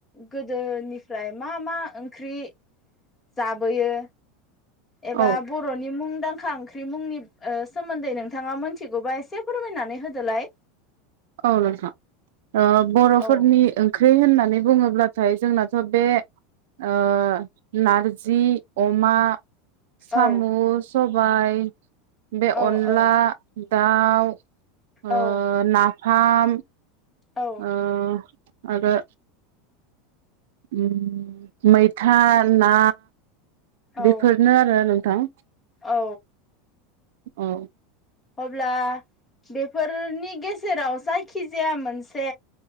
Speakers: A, on the left (about 20°); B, on the right (about 75°).
A: गोदोनिफ्राय मा मा ओंख्रि जाबोयो? एबा
B: औ
A: बर'नि मुंदांखा ओंख ख्रि मुंनिब ओ सोमोन्दै नोंथाङा मिथिगौबा इसे फोरमायनानै होदोलाय।
B: औ नोंथां। ओ बर'फोरनि
A: औ
B: ओंख्रि होनना होननानै बुङोब्लाथाय जोंनाथ' बे ओ नारजि अमा सामु,
A: औ
B: सबाइ बे
A: औ
B: अनला
A: औ
B: दाउ ओ
A: औ
B: नाफ फाम
A: औ
B: ओ आरो ओम मैथा ना
A: औ
B: बेफोरनो आरो नों थां
A: औ
B: औ
A: अब्ला बेफोरनि गेजेराव जायखिजाया मोनसे